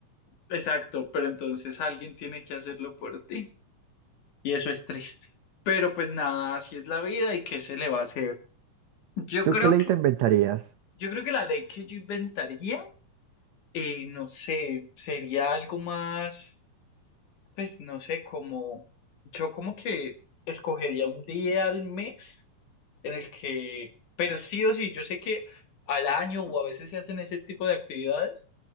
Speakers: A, on the left; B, on the right.
A: Exacto, pero entonces alguien tiene que hacerlo por ti. Y eso es triste. Pero pues nada, así es la vida y qué se le va a hacer. Yo
B: ¿Tú
A: creo
B: qué ley
A: que,
B: te inventarías?
A: yo creo que la ley que yo inventaría Eh, no sé, sería algo más, pues no sé, como yo como que escogería un día al mes en el que, pero sí o sí, yo sé que al año o a veces se hacen ese tipo de actividades,